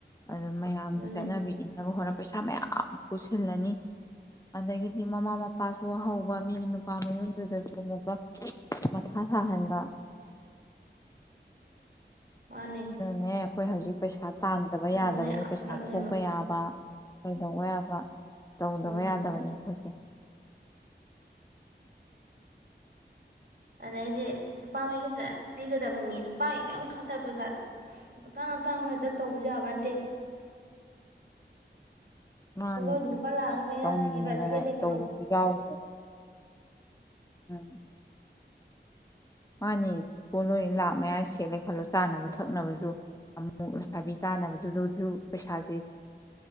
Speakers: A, on the left (about 20°); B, on the right (about 60°).
A: ꯑꯗꯨ ꯃꯌꯥꯝꯒꯤ
B: ꯑꯗꯨꯅꯦ
A: ꯆꯠꯅꯕꯤ ꯏꯟꯅꯕ ꯍꯣꯠꯅꯕ ꯄꯩꯁꯥ ꯃꯌꯥꯝ ꯄꯨꯁꯤ ꯊꯜꯂꯅꯤ ꯑꯗꯒꯤꯗꯤ ꯃꯃꯥ ꯃꯄꯥꯁꯨ ꯍꯧꯕ ꯃꯤꯒꯤ ꯅꯨꯄꯥ ꯃꯌꯨꯝꯗꯨꯗꯁꯨ ꯑꯃꯨꯛ ꯃꯊꯥ ꯁꯥꯍꯟꯕ
B: ꯃꯥꯅꯦ
A: ꯅꯦꯦ ꯍꯣꯏ ꯍꯧꯖꯤꯛ ꯄꯩꯁꯥ ꯇꯥꯟꯗꯕ
B: ꯑꯗꯨꯅ
A: ꯌꯥꯗꯕꯅꯤ
B: ꯌꯥꯝ
A: ꯄꯩꯁꯥ
B: ꯐꯔꯛꯅꯦꯕ
A: ꯊꯣꯛꯄ ꯌꯥꯕ ꯀꯩꯗꯧꯕ ꯌꯥꯕ ꯇꯧꯗꯕ
B: ꯎꯝ
A: ꯌꯥꯗꯕꯅꯦ ꯑꯩꯣꯏ
B: ꯑꯗꯩꯗꯤ ꯅꯨꯄꯥ ꯃ ꯌꯨꯝꯗ ꯄꯤꯒꯗꯕꯅꯤ ꯅꯨꯄꯥꯒꯤ ꯀꯔꯤꯝ ꯈꯠꯇꯕꯗ ꯑꯇꯥꯡ ꯑꯇꯥꯡ ꯍꯦꯛꯇ ꯇꯧꯕ ꯌꯥꯕ ꯅꯠꯇꯦ
A: ꯃꯥꯅꯦ
B: ꯄꯣꯠꯂꯣꯏꯗꯨ ꯂꯨꯄꯥ ꯂꯥꯛ ꯑꯃꯒꯤ ꯃꯌꯥ
A: ꯇꯧꯅꯤꯡꯉꯦꯗꯅ
B: ꯄꯤꯕ ꯁꯦꯠꯂꯦ ꯈꯜꯂꯣ
A: ꯇꯧꯕꯁꯨ ꯌꯥꯎꯔꯤꯅꯦ ꯎꯝ ꯃꯥꯅꯤ ꯄꯣꯠꯂꯣꯏ ꯂꯥꯛ ꯃꯌꯥ ꯁꯦꯠꯂꯦ ꯈꯜꯂꯣ ꯆꯥꯅꯕ ꯊꯛꯅꯕꯁꯨ ꯑꯃꯨꯛ ꯊꯕꯤ ꯀꯥꯟꯅꯕꯗꯨꯗꯁꯨ ꯄꯩꯁꯥꯖꯦ